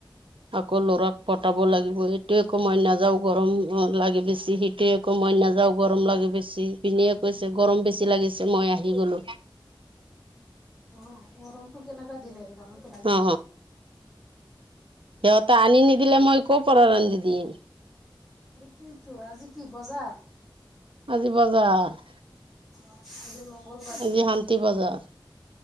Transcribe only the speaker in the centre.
অ' গৰম টো কেনেকা দিলে গৰমটো লাগিবই
সেইটতো আজি কি বজাৰ
অঁ আজি মংগলবাৰটো